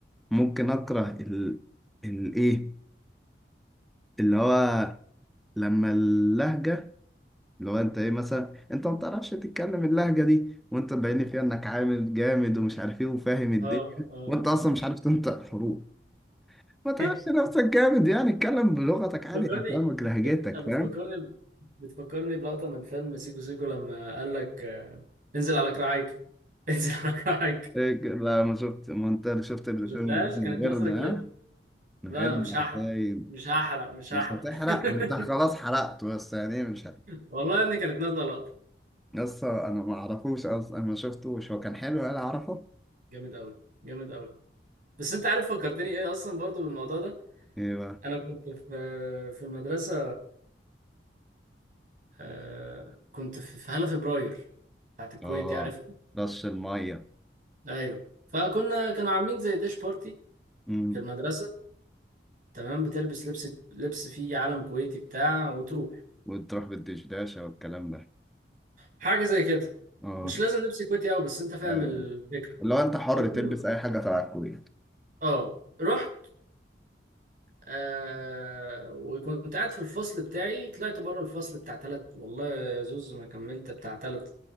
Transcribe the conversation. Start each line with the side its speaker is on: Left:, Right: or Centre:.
Centre: ممكن اكره ال الايه اللي هو لما اللهجه اللي هو انت ايه مثلا انت ما بتعرفش تتكلم اللهجه دي وانت باين فيها انك عامل جامد ومش عارف ايه وفاهم الدنيا
Right: اه اه
Centre: وانت اصلا مش عارف تنطق حروف ما تعرفش
Right: <laughs>
Centre: نفسك جامد يعني اتكلم بلغتك
Right: بتفكرني
Centre: عادي هفهمك
Right: بت...
Centre: لهجتك
Right: بتفكرني
Centre: فاهم
Right: بتفكرني بلقطه من فيلم سيكو سيكو لما قال لك آه، انزل على كراعيك <laughs> انزل على كراعيك
Centre: إيه ك- لا ما شفت ما انت اللي شفت الفيلم
Right: ما شفتهاش
Centre: ده من
Right: كانت نازله
Centre: غيرنا
Right: كليب
Centre: ها من
Right: لا
Centre: غيرنا
Right: انا مش هحرق
Centre: هتلاقي
Right: مش هحرق مش
Centre: مش
Right: هحرق
Centre: هتحرق انت
Right: <laughs>
Centre: خلاص حرقت بس يعني إيه، مش هت...
Right: والله يا ابني كانت نازله لقطه
Centre: لسه انا ما اعرفوش اصلا انا ما شفتوش هو كان حلو ولا اعرفه
Right: جامد قوي جامد قوي بس انت عارف فكرتني ايه اصلا برضو بالموضوع ده
Centre: ايه بقى
Right: انا كنت في في المدرسه آه كنت في في هالة فبراير بتاعت الكويت
Centre: اه
Right: دي عارفها
Centre: رش المية
Right: ايوه فكنا كانوا عاملين زي ديش بارتي
Centre: امم
Right: في المدرسة تمام بتلبس لبس لبس فيه علم كويتي بتاع وتروح
Centre: وتروح بالدشداشة والكلام ده
Right: حاجة زي كده
Centre: اه
Right: مش لازم لبس كويتي قوي بس انت فاهم
Centre: ايوه
Right: الفكرة
Centre: اللي هو انت حر
Right: المهم،
Centre: تلبس اي حاجة تبع الكويت
Right: اه رحت آه وكنت قاعد في الفصل بتاعي طلعت بره الفصل بتاع تلت والله يا زوز ما كملت بتاع تلت